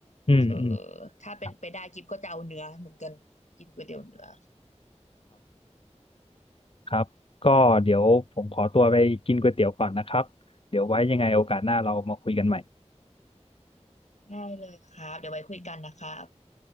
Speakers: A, on the left; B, on the left.
A: อืมอืม
B: เออถ้าเป็นไปได้กิ๊บก็จะเอาเนื้อเหมือนกันกินก๋วยเตี๋ยวเนื้อ
A: ครับครับก็เดี๋ยวผมขอตัวไปกินก๋วยเตี๋ยวก่อนนะครับเดี๋ยวไว้ยังไงโอกาสหน้าเรามาคุยกันใหม่
B: ได้เลยครับเดี๋ยวไว้คุยกันนะครับ